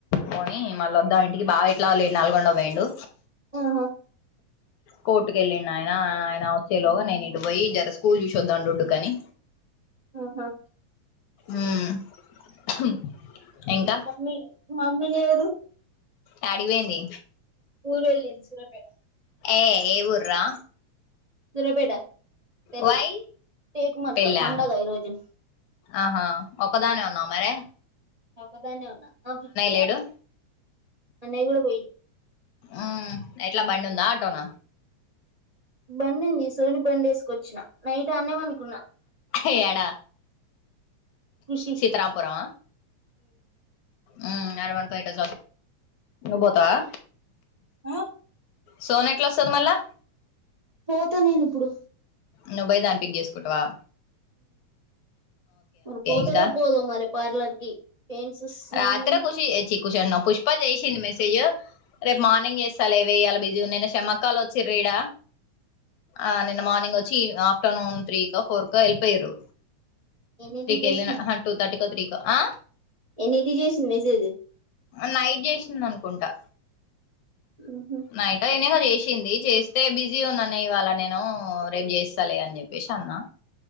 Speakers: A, on the left; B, on the right.
A: పోని మళ్ళ వద్దాం ఇంటికి బావ ఎట్లా లేడు నల్గొండ వేయిండు
B: ఆహా
A: కోర్టుకు వెళ్ళిండు ఆయన ఆయన వచ్చేలోగా నేను ఇటు పోయి జర స్కూల్ చూసొద్దం రుడ్డుకని
B: ఆహా
A: ఉమ్ హుమ్ ఇంకా
B: మీక్ మమ్మీ లేదు
A: యాడిగిపోయింది
B: ఊరు వెళ్ళింది సూర్యపేట
A: ఏ ఏ ఊరు రా
B: సూర్యాపేట తెల్
A: వై
B: టేకుమట్ల
A: పెళ్ళా
B: పండగ ఈరోజు
A: ఆహా ఒక్కదానివే ఉన్నావా మరి
B: ఒక్కదాన్నే ఉన్నా ఆ ఆఫీస్ కి పోవాలే
A: లేడు
B: అన్నయ్య కూడా పోయిడు
A: ఉ ఎట్లా బండి ఉందా ఆటోన
B: బండి ఉంది సోని బండి వేసుకొచ్చిన నైట్ ఆనే పండుకున్న
A: ఏడ
B: ఖుషి
A: చిత్రపురమ ఉ ఆడ పండుకో అయితే నువ్వు పోతావా
B: ఆ
A: సోనీ ఎట్లా వస్తుంది మళ్ళా
B: పోతా నేను ఇప్పుడు
A: నువ్వు పోయి దాని పిక్ చేసుకుంటవా
B: ఊ పోతాదో
A: ఇంకా
B: పోదో మరి పార్లర్ కి పెయిన్స్
A: రాత్ర
B: నిన్ను
A: కుషిచ్చి కుష అంటున్న పుష్ప చేసింది మెసేజ్ రేపు మార్నింగ్ వస్తా లేవే బిజీగా ఉన్న మక్కాలు వలసిల్లు ఈడ ఆ నిన్న మార్నింగ్ వచ్చి ఆఫ్టర్నూన్ త్రీ కో ఫోర్ కో వెళ్ళిపోయారు
B: ఎన్నిటి
A: త్రీకి
B: చేసింది
A: వెళ్ళ టూ తథర్టీ కో త్రీ కో ఆ
B: ఎన్ని ఇంటి చేసింది మెసేజ్
A: నైట్ చేసింది అనుకుంటా
B: ఉహు
A: నైట్ అయినా చేసింది చేస్తే బిజీ ఉన్నానే ఇవాళ నేను రేపు చేస్తాలే అని చెప్పేసి అన్నా